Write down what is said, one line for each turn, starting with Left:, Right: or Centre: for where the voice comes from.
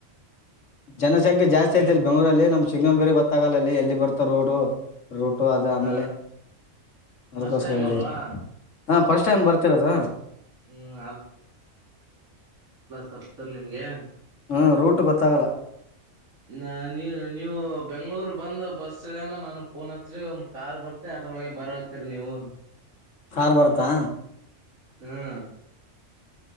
Left: ಜನಸಂಖ್ಯೆ ಜಾಸ್ತಿ
Right: ನಿಮ್
Left: ಐತಲ್ಲಿ ಬೆಂಗಳೂರಲ್ಲಿ. ಇಲ್ಲಿ ನಮ್ ಸಿಗ್ನಲ್ ಬೇರೆ ಗೊತ್ತಾಗಲ್ಲ ಅಲ್ಲಿ ಎಲ್ಲಿ ಬರ್ತ ರೋಡು. ರೂಟು ಅದ ಆಮೇಲೆ
Right: ಹ
Left: ಅದಕ್ಕೋಸ್ಕರ
Right: ಫಸ್ಟ್ ಟೈಮ್
Left: ಹೇಳಿರಿ.
Right: ಅಲ್ವಾ
Left: ಹಾ ಫಸ್ಟ್ ಟೈಮ್ ಬರ್ತಿರದ.
Right: ಹ್ಮ್ ತಪ್ತನ್ ನಿಮ್ಗೆ
Left: ಹ್ಮ ರೂಟ್ ಗೊತ್ತಾಗಲ್ಲ.
Right: ನ ನೀ ನೀವು ಬೆಂಗಳೂರು ಬಂದ ಬಸ್ ಇಲ್ಯಾನ ನನಗ ಪೋನ್ ಹಚ್ಚರಿ ಒಂದ್ ಕಾರ್ ಬರ್ತೆ ಅದ್ರೊಳಗೆ ಬರತಿರ್ ನೀವು.
Left: ಕಾರ್ ಬರ್ತಾ.
Right: ಹ್ಮ್